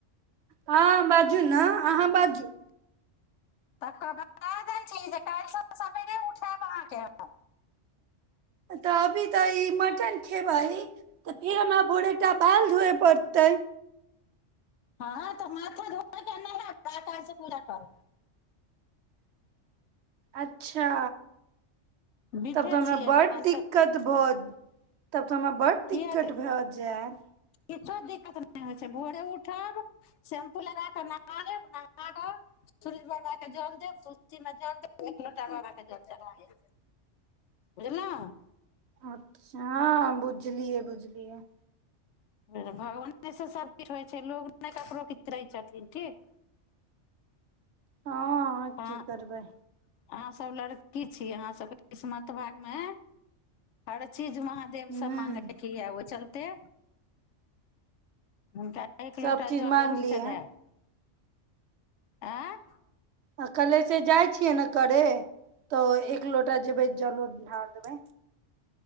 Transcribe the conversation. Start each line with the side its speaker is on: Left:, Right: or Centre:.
Right: हंँ बाजू ने अहाँ बाजू
Left: तखन बता दै छी जे काल्हिसँ सवेरे उठायब अहाँकेँ हम
Right: तऽ अभी तऽ ई मटन खेबै तऽ फिर हमरा भोरे तऽ बाल धोए पड़तै
Left: हँ तऽ माथा धोए के नहायब तें कायल सँ पूजा करब
Right: अच्छा
Left: बिफे
Right: तब तऽ हमरा
Left: छियै
Right: बड
Left: काल्हिसँ
Right: दिक्कत भ तब तऽ हमरा बड
Left: किया
Right: दिक्कत
Left: तऽ
Right: भए जायब
Left: किछो दिककत नहि नहि होइ छै भोर उठब शैम्पू लगा कऽ नहा लेब नहा कऽ सूरज बाबा के जल देब तुलसी मे जल देब एक लोटा बाबा कऽ जल चढ़ा आयब बुझलहुंँ
Right: अच्छा हँ बुझलियै बुझलियै
Left: हँ भगवाने सब चीज होइ छै लोग नहि ककरो कितरै छथिन ठीक
Right: हँ हँ
Left: अहाँ
Right: की करबै
Left: अहाँ सब लड़की छी आहाँ सबके किस्मत भाग मे हर छ चीज महादेव
Right: हूँ
Left: सब माँगैके या ओ चल तेँ हुनका एक
Right: सब
Left: लोटा
Right: चीज
Left: जल
Right: मांगलियै
Left: जरूर चढायब आँ
Right: एखने जाइ छियै ने करे तऽ एक लोटा जेबै जलो ढार देबै